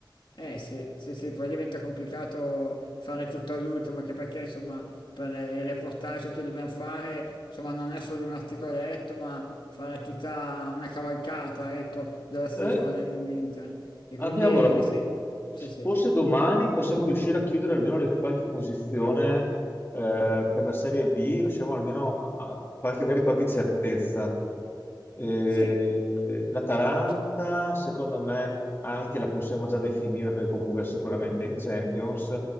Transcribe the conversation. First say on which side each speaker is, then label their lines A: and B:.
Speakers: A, on the left; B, on the left.
A: eh, sì, sì, sì, poi diventa complicato fare tutto all'ultimo, anche perché insomma per il reportage che dobbiamo fare, insomma non è solo un articoletto, ma fare tutta una cavalcata, ecco, della stagione
B: Eh,
A: dell'Inter. E
B: abbiamo
A: quindi
B: la
A: sì, sì, sì.
B: Forse domani possiamo riuscire a chiudere almeno le- qualche posizione eh, per la Serie B, riusciamo almeno a, a qualche- avere qualche certezza. Eh,
A: Sì,
B: L'Atalanta,
A: sì,
B: secondo me, anche la possiamo già definire perché comunque è sicuramente in Champions.